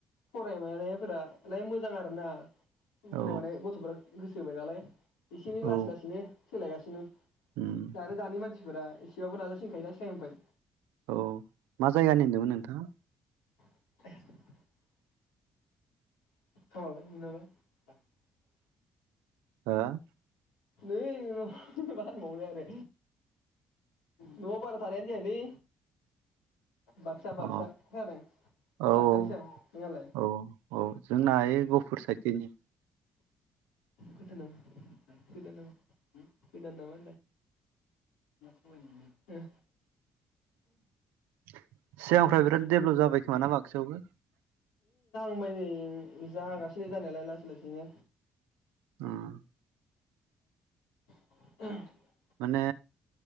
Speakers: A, on the left; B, on the right.
A: फरायनाय मानायफोरालाय मोजां आरोना। ओमफ्राय
B: औ
A: माने गथ'फोरा गोसो होबाय नालाय एसे एनै
B: औ
A: लासै लासैनो सोलायगासिनो <unintelligible>
B: उम
A: आरो दानि मानसिफोरा एसे बेेयावबो नाजासिनखायोना सिगांनिफ्राय
B: औ मा जायगानि होनदोंमोन नोंथाङा?
A: <inaudible> <unintelligible>
B: हा?
A: नै बे मा होनबावनो आरो न'आव बारा थानायानो जायालै। बाक्सा
B: अ
A: बाक्सा खोनादों
B: औ
A: बाक्सानिसो
B: औ
A: आं नोंहालाय?
B: औ औ जोंना ओइ गहपुर साइडखैनि
A: गोदान नामा, गोदान नामा, गोदान नामा होनदां
B: <inaudible> सिगांनिफ्राय बिराद डेभलप जाबाय खोमाना बाक्सायावबो?
A: <unintelligible> जाहांगासिनो जानायालाय लासै लासैनो
B: उम।
A: <inaudible>
B: ने